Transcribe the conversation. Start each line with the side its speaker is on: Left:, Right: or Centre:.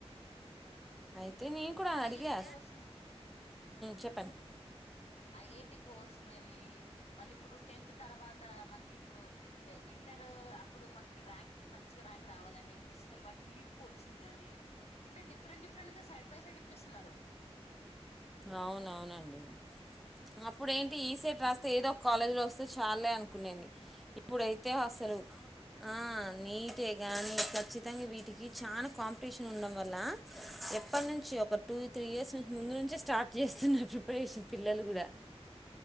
Centre: అయితే నేను కూడా అడిగా
Left: ఐఐటి కోర్సులు
Centre: చెప్పండి
Left: ఐ ఐ టి కోర్సులు అని మళ్ళీ ఇప్పుడు టెన్త్ తర్వాత మనకి ఇప్పుడు ఇంటర్ అప్పుడు మనకి ర్యాంక్ మంచిగా ర్యాంక్ రావాలని ఎం పీ సి తో బట్ నీట్ కోచింగ్ అని ఇట్లా డిఫరెంట్ డిఫరెంట్ గా సైడ్ బై సైడ్ ఇప్పిస్తున్నారు
Centre: అవునవునండి అప్పుడేంటి ఈ సెట్ రాస్తే ఏదో ఒక కాలేజీలో వస్తే చాలే అనుకునేది ఇప్పుడైతే
Left: అవును
Centre: అసలు ఆ నీటే కాగానీ ఖచ్చితంగా వీటికి చానా కాంపిటీషన్ ఉండడం వల్ల ఎప్పటి నుంచి ఒక టూ త్రీ ఇయర్స్ నున్ ముందు నుంచే స్టార్ట్ చేస్తున్నారు అప్పుడు వేసిన పిల్లలు కూడా